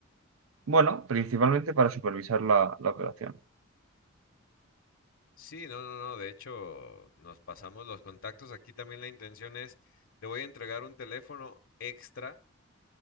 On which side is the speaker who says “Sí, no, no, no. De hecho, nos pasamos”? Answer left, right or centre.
Left